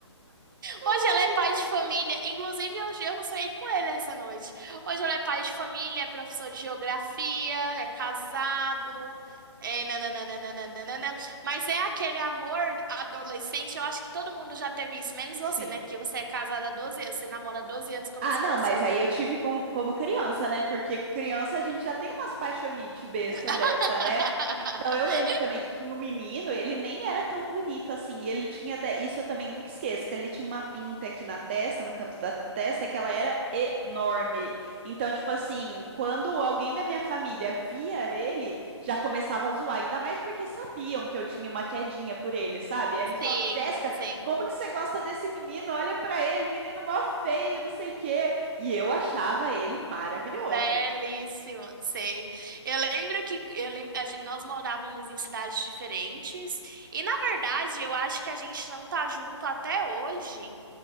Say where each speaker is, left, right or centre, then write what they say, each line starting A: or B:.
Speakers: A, on the right; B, on the right.
A: Ai,
B: Hoje ele é pai
A: ai.
B: de família, inclusive eu, eu saí com ele essa noite. Hoje ele é pai de família, é professor de geografia, é casado, é nananana. Mas é aquele amor adolescente, eu acho que todo mundo já teve isso, menos
A: Sim.
B: você, né? Porque você é casada há 12 anos, você namora há 12 anos com a
A: Ah,
B: mesma
A: não,
B: pessoa.
A: mas aí eu tive com- como criança, né? Porque criança a gente já tem umas paixonite besta
B: <laughs>
A: dessa, né? Então eu lembro também que tinha um menino, ele nem era tão bonito assim, e ele tinha até, isso eu também nunca esqueço, que ele tinha uma pinta aqui na testa, no canto da testa, que ela era enorme. Então, tipo assim, quando alguém da minha família via ele, já começava a zoar, ainda mais porque sabiam que eu tinha uma quedinha por ele, sabe? Aí eles
B: sim,
A: falavam, Jéssica,
B: sim.
A: como que você gosta desse menino? Olha pra ele, menino mó feio, não sei o quê. E eu achava ele maravilhoso.
B: Belíssimo, sei. Eu lembro que eu lembro, nós morávamos em cidades diferentes e, na verdade, eu acho que a gente não tá junto até hoje,